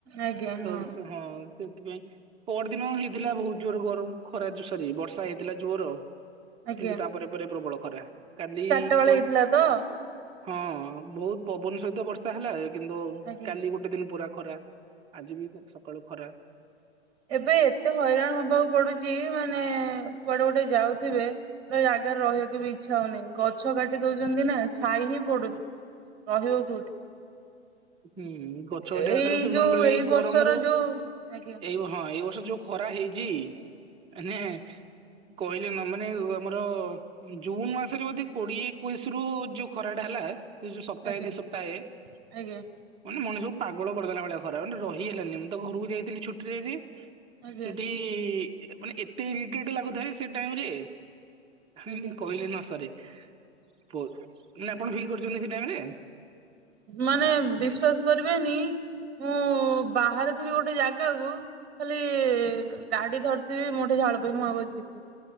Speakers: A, on the right (about 35°); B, on the right (about 15°).
A: ଆଜ୍ଞା ହଁ।
B: ତ ସେ ହଁ ସେଥିପାଇଁ ପର ଦିନ ହିଁ ଥିଲା ବହୁତ ଜୋର ଗରମ ଖରା ସରି ବର୍ଷା ହେଇଥିଲା ଜୋର।
A: ଆଜ୍ଞା
B: କିନ୍ତୁ ତାପରେ ଏ ପରେ ପ୍ରବଳ ଖରା କାଲି
A: ତଳେ
B: ତ
A: ହେଇଥିଲା ତ?
B: ହଁ ବହୁତୁ ପବନ ସହିତ ବର୍ଷା ହେଲା କିନ୍ତୁ
A: ଆଜ୍ଞା।
B: କାଲି ଗୋଟେ ଗୋଟେ ଦିନ ପୁରା ଖରା ଆଜି ବି ସକାଳୁ ଖରା।
A: ଏବେ ଏତେ ହଇରାଣ ହବାକୁ ପଡୁଛି ମାନେ କୁଆଡେ ଗୋଟେ ଯାଉଥିବେ। ପୁର ଜାଗାରେ ରହିବାକୁ ବି ଇଚ୍ଛା ହଉନିଁ ଗଛ କାଟି ଦଉଛନ୍ତି ନା ଛାଇ ହିଁ ପଡୁନି। ରହିବ କୁଠି?
B: ହୁଁ ଗଛ
A: ଏଇ
B: କାଟିବା କଥାରୁ
A: ଯୋଉ
B: ମନେ ପଡ଼ିଲା ଏଇ
A: ବର୍ଷର
B: ଗରମରୁ
A: ଯୋଉ ଆଜ୍ଞା
B: ଏଇ ହଁ ଏଇ ବର୍ଷ ଯୋଉ ଖରା ହେଇଛି ନେ କହିଲେ ନା ମାନେ ଆମର ଜୁନ୍ ମାସରେ ବୋଧେ କୋଡିଏ ଏକୋଇଶ ରୁ ଯୁ ଖରାଟା ହେଲା ସେ ଯୁ ସପ୍ତାହେ
A: ଆଜ୍ଞା
B: ଦିଇ ସପ୍ତାହେ
A: ଆଜ୍ଞା।
B: ମାନେ ମଣିଷ କୁ ପାଗଳ କରିଦେଲା ଭଳିଆ ଖରାପ ମାନେ ରହି ହେଲାନି ମୁଁ ତ ଘରକୁ ଯାଇଥିଲି ଛୁଟିରେ ଯେ
A: ଆଜ୍ଞା
B: ସେଠି ମାନେ ଏତେ ଇରୀଟେଡେ ଲାଗୁଥାଏ ସେ ଟାଇମୀରେ। ହୁଁ
A: ଆଜ୍ଞା
B: ହୁଁ ନି କହିଲେ ନ ସରେ ପୋ ନା ଆପଣ ଫିଲ୍ କରିଛନ୍ତି ସେ ଟାଇରେ?
A: ମାନେ ବିଶ୍ଵାସ କରିବେନି ମୁଁ ବାହାରିଥିବି ଗୋଟେ ଜାଗାକୁ ଖାଲି ଗାଡି ଧରିଥିବି ମୋ ଠିଝାଳ ପ ମୁଁ ଆଉ ଯିବିନି।